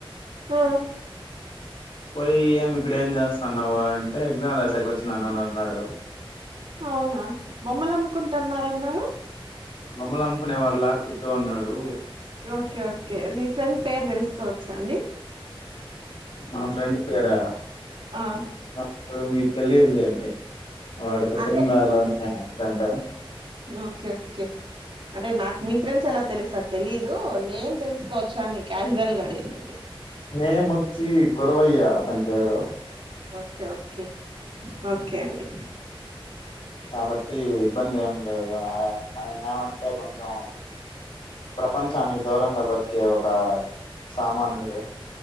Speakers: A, on the right; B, on the left.
A: ఆ
B: పోయి ఏమి ఇక్కడ ఏం చేస్తున్నావు అంటే ఎగ్జామ్ రాసాక వచ్చినన్నని అన్నాడు
A: అవునా బొమ్మలు అమ్ముకుంటన్నానరన్నారు
B: బొమ్మల్ అమ్ముకునేవాడ్ లా కూర్చో ఉన్నాడు
A: ఓకే ఓకే మీ ఫ్రెండ్ పేరు తెలుసుకోవచ్చా అండి
B: మా ఫ్రెండ్ పేరా
A: ఆ
B: ఆ వాడు మీకు తెలియదులేండి వాడుక
A: అంటే
B: తిరుమలలోనే ఫ్రెండు
A: ఓకే ఓకే అంటే నాకు మీ ఫ్రెండ్స్ ఎలా తెలుసార్ తెలీదు నేను తెలుసుకో న్ని క్యాజువల్గాడిగానండి
B: నేమొచ్చి గురవయ్య అతని పేరు
A: ఓకే ఓకే ఓకే అండి
B: కాబట్టి ఇబ్బంది ఏం లేదు ఆ ఆయన ఏమంటే కొంచెం ప్రపంచానికి దూరంగా బతికే ఒక సామాన్యుడే